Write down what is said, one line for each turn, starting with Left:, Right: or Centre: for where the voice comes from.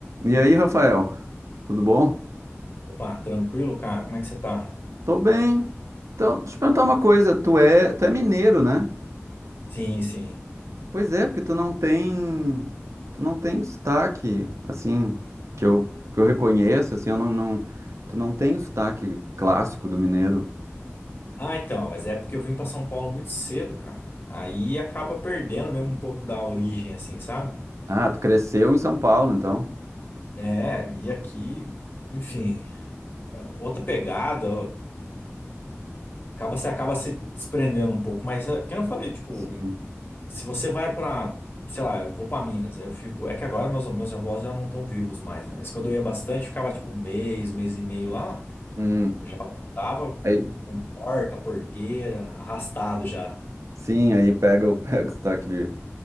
Right: E aí, Rafael, tudo bom?
Left: Opa, tranquilo, cara? Como é que você tá?
Right: Tô bem. Então, deixa eu te perguntar uma coisa, tu é, tu é mineiro, né?
Left: Sim, sim.
Right: Pois é, porque tu não tem, tu não tem sotaque, assim, que eu, que eu reconheço, assim, eu não, não, tu não tem o sotaque clássico do mineiro.
Left: Ah, então, mas é porque eu vim pra São Paulo muito cedo, cara. Aí acaba perdendo mesmo um pouco da origem, assim, sabe?
Right: Ah, tu cresceu em São Paulo, então.
Left: É, e aqui, enfim, é outra pegada, acaba você acaba se desprendendo um pouco, mas é, que nem eu falei, tipo,
Right: Sim.
Left: se você vai pra, sei lá, eu vou pra Minas, aí eu fico, é que agora meus meus avós já não estão vivos mais, né? Mas quando eu ia bastante, ficava tipo um mês, um mês e meio lá,
Right: Hum,
Left: já voltava
Right: aí,
Left: com porta, porteira, arrastado já.
Right: sim, aí pega, o- <laughs> pega o sotaque de,